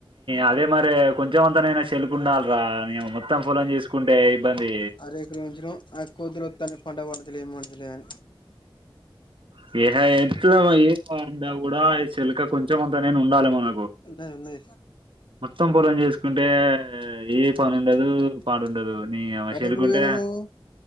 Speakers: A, on the right; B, on the left.
A: అదే మరి కొంచెం అంతనైనా చెలుకుండాలిరా నే మొత్తం ఫొలం చేసుకుంటే ఇబ్బంది
B: అర ఎకరం ఉంచినం ఆ కోతులు ఒత్తుతాన్నయి పంట పండుతలే ఏం పండుతలే అని
A: ది ఏహ ఎట్ల ఏ అం కూడా చిలక కొంచెం అంతా న ఉండాలి మన
B: ఉంటది ఉంటా
A: మొత్తం పొలం చేసుకుంటే ఏ పని ఉండదు పాడుండదు న అమ
B: అటు
A: చెలుకుంటే
B: ఎప్పుడు పోయినవు నువ్వు